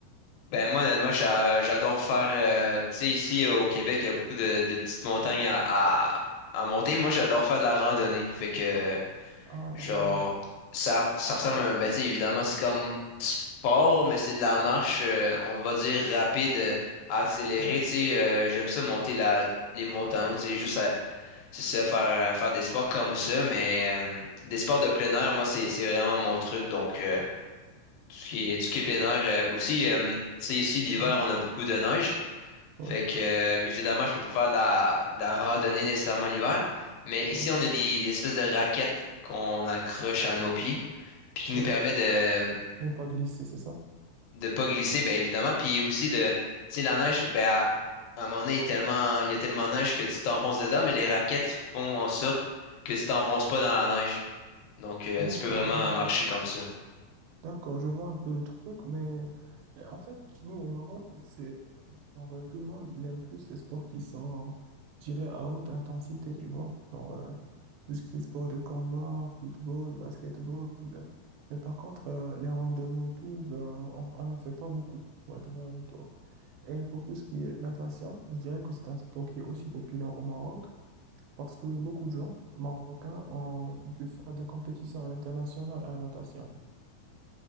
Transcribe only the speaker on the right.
Ah, la
randonnée.
Ouais,
ouais,
ouais,
ouais,
ouais.
Ne pas glisser, c'est ça?
D'accord,
d'accord.
D'accord, je vois un peu le truc, mais mais en fait, nous au Maroc, c'est genre, euh, tout le monde, il aime plus les sports qui sont tirés à haute intensité, tu vois. Genre, euh, tout ce qui est sport de combat, football, basketball. Mais par contre, euh, les randonnées et tout, ben, on n'en fait pas beaucoup, pour être vrai avec toi. Et pour tout ce qui est natation, je dirais que c'est un sport qui est aussi populaire au Maroc parce que beaucoup de gens marocains ont pu faire des compétitions à l'international à la natation.